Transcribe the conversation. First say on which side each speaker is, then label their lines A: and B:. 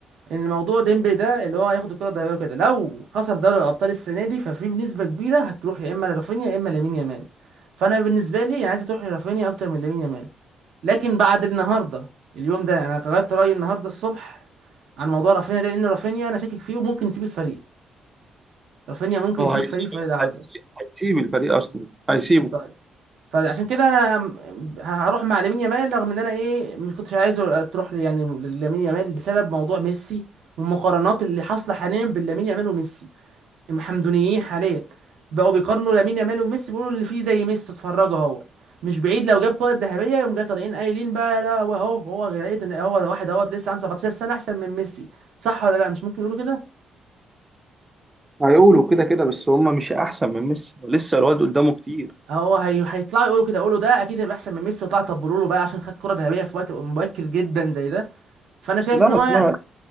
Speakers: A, on the right; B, on the right.
A: ان موضوع ديمبلي ده اللي هو هياخد الكره الذهبيه وكده لو خسر دوري الابطال السنه دي ففي بنسبه كبيره هتروح يا اما لرافينيا يا اما لامين يامال فانا بالنسبه لي انا عايز تروح لرافينيا اكتر من لامين يامال لكن بعد النهارده اليوم ده انا غيرت رايي النهارده الصبح عن موضوع رافينيا ده لان رافينيا انا شاكك فيه وممكن يسيب الفريق رافينيا ممكن
B: هو
A: يسيب
B: هيسيب
A: الفريق في اي لحظه
B: هيسيب هيسيب الفريق اصلا هيسيبه
A: طيب فعشان كده انا م- هروح مع لامين يامال رغم ان انا ايه ما كنتش عايزه تروح لي- يعني لامين يامال بسبب موضوع ميسي والمقارنات اللي حاصله حاليا بين لامين يامال وميسي المحمدونيين حاليا بقوا بيقارنوا لامين يامال وميسي بيقولوا اللي فيه زي ميسي اتفرجوا اهوت مش بعيد لو جاب كرة ذهبية يقوم جاي طالعين قايلين بقى لا هو هو هو لقيت ان هو ده واحد اهوت لسه عنده 17 سنة احسن من ميسي صح ولا لا مش ممكن يقولوا كده
B: هيقولوا كده كده بس هم مش احسن من ميسي لسه الواد قدامه كتير
A: هو هي... هيطلعوا يقولوا كده يقولوا ده اكيد هيبقى احسن من ميسي طلع طبلوا له بقى عشان خد كرة ذهبية في وقت مبكر جدا زي ده فانا شايف
B: لا
A: ان هو
B: لا